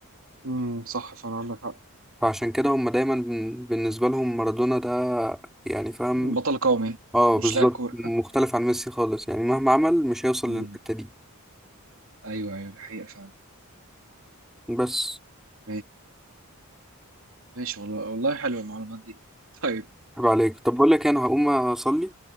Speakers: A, on the right; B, in the centre.
A: امم صح فعلا عندك حق
B: فعشان كده هم دايما بن- بالنسبة لهم مارادونا ده يعني فاهم
A: بطل قومي
B: اه بالظبط
A: مش لاعب كوره
B: مختلف عن ميسي خالص يعني مهما عمل مش هيوصل
A: امم
B: للحتة دي
A: ايوه ايوه دي حقيقه فعلا
B: بس
A: ماشي ماشي والله والله حلوه المعلومات دي طيب
B: عيب عليك طب بقول لك إيه، انا هقوم اصلي